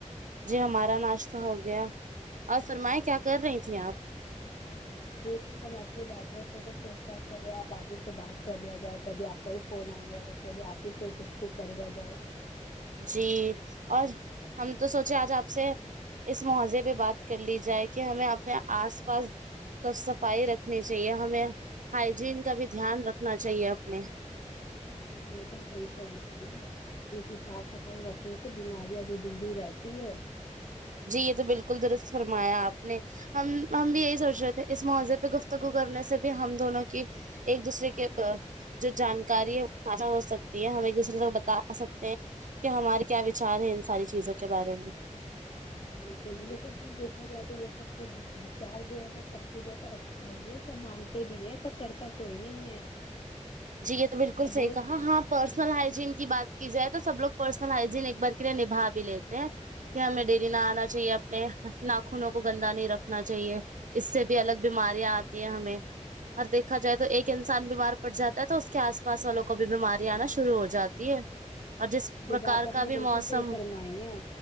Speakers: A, on the right; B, on the left.
A: جی ہمارا ناشتہ ہو گیا اور فرمائیں کیا کر رہی تھیں آپ
B: بلکل ہم ایسے ہی بیٹھے تھے تو چلو آپ باجی سے بات کر لیا جائے تبھی آپ کوئی فون آ گیا تھا چلو آپ ہی سے گفتگو کر لیا جائے
A: جی اور ہم تو سوچے آج آپ سے اس ماوضے پہ بات کر لی جائے کہ ہمیں اپنے آس پاس تو صفائی رکھنی چاہیے ہمیں ہائجین کا بھی دھیان رکھنا چاہیے اپنے
B: بلکل سہی فرما ر ہی ہے کیونکہ صاف صفائی رکھنے سے بیماریاں بھی دوری رہتی ہے
A: جی یہ تو بلکل درست فرمایا آپ نے ہم ہم بھی یہی سوچ رہے تھے اس ماضرے پہ گفتگو کرنے سے بھی ہم دونوں کی ایک دوسرے کے جو جانکاری ہے وہ خا ہو سکتی ہے ہم ایک دوسرے کو بتا سکتے ہیں کہ ہمارے کیا وچار ہے ان ساری چیزوں کے بارے میں
B: بلکل یہ سب نے دیکھا جائے تو یہ سب کے چار جو ہے نا سب کے لیے تو اچھا اچھا یہ ہے سب مانتے بھی ہے پر کرتا کوئی نہیں ہے
A: جی یہ تو بلکل
B: ابول
A: سہی کہاں ہاں پرسنل ہائجین کی بات کی جائے تو سب لوگ پرسنل ہائجین ایک بار کے لیے نبھا بھی لیتے ہیں کہ ہمیں ڈیری ناہنا چاہیے اپنے ناخنوں کو گندا نہیں رکھنا چاہیے اس سے بھی الگ بیماریاں آتی ہیں ہمیں اور دیکھا جائے تو ایک انسان بیمار پڑ جاتا تو اس کے آس پاس والوں کو بھی بیماری آنا شروع ہو جاتی ہے اور جس پرکار
B: یہ بات آپ
A: کا
B: نے بالکل
A: بھی موسم
B: صحیح فرمائی ہے